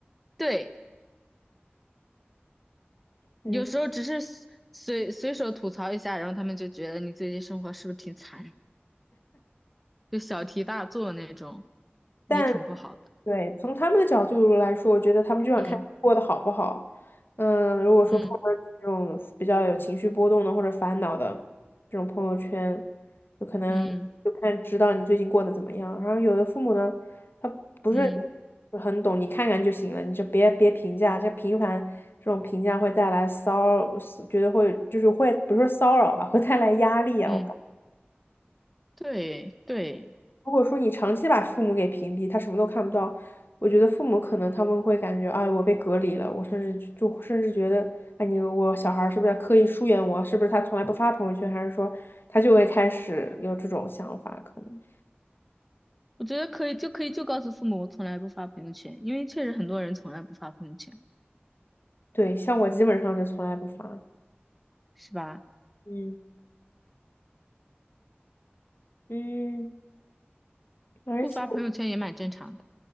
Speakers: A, in the centre; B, on the left (about 60°).
A: 对，
B: 嗯，
A: 有时候只是随随随手吐槽一下，然后他们就觉得你最近生活是不是挺惨，就小题大做那种，也挺不好的。
B: 但。对，从他们的角度来说，我觉得他们就想看你过得好不好。
A: 嗯
B: 嗯，如果说看到你这种比较有情绪波动的或者烦恼的这种朋友圈，
A: 嗯
B: 就可能就看知道你最近过得怎么样。
A: 嗯
B: 然后有的父母呢，他不是
A: 嗯
B: 很懂，你看看就行了，你就别别评价，这频繁这种评价会带来骚，觉得会就是会不是说骚扰吧，会带来压力啊。
A: 嗯，对对，
B: 如果说你长期把父母给屏蔽，他什么都看不到，我觉得父母可能他们会感觉，哎，我被隔离了，我甚至就就甚至觉得，哎，你我小孩儿是不是在刻意疏远我？是不是他从来不发朋友圈？还是说他就会开始有这种想法？可能
A: 我觉得可以就可以就告诉父母我从来不发朋友圈，因为确实很多人从来不发朋友圈，
B: 对，像我基本上就从来不发，
A: 是吧？
B: 嗯嗯，而且
A: 不发朋友圈也蛮正常的。